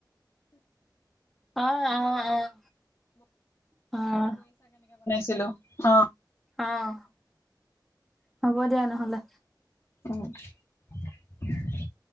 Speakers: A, in the centre; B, on the left (about 45°).
A: আহ -আহ -আহ -আহ
B: ছিলো অ
A: আহ হব দিয়া নহলে
B: উ <unintelligible>